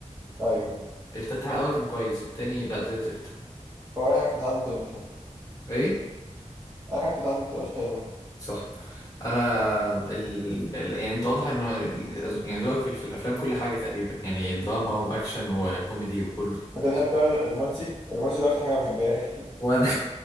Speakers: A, on the right; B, on the left.
A: ايوه
B: التتح الاول كان كويس التاني لا زي الزفت
A: هو اي حاجه بتتعدي بتبقى مش حلوه
B: ايه
A: اي حاجه بتتعدي بتبقاش حلوه
B: صح انا ال... ال... يعني انت واضح ان ال- يعني ذوقك في... في الافلام كل حاجه تقريبا يعني دراما واكشن وكوميدي وكله
A: انت بتحب بقى الرومانسي الرومانسي ده اكتر حاجه ما بحبهاش
B: وانا